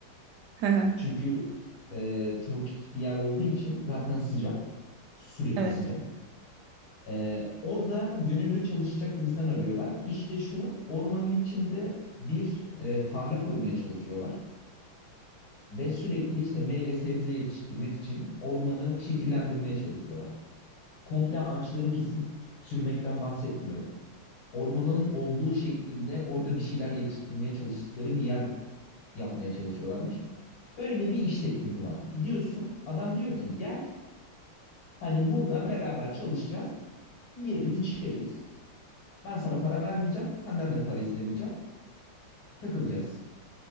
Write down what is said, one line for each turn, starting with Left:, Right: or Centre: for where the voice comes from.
Right: hı hı.
Left: Çünkü e, tropik bir yer olduğu için zaten sıcak. Sürekli
Right: Evet.
Left: sıcak. E, orada gönüllü çalışacak insan arıyorlar. İşte şu ormanın içinde bir e, tarla kurmaya çalışıyorlar. Ve sürekli işte meyve sebze yetiştirmek için ormanı şekillendirmeye çalışıyorlar. Komple ağaçları kesip sürmekten bahsetmiyorum. ormanın olduğu şeklinde orada bir şeyler yetiştirmeye çalıştıkları bir yer yapmaya çalışıyorlarmış. Böyle bir iş teklifi var. Gidiyorsun, adam diyor ki gel hani burada beraber çalışacağız, yeriz içeriz. Ben sana para vermeyeceğim, senden de para istemeyeceğim. Takılacağız.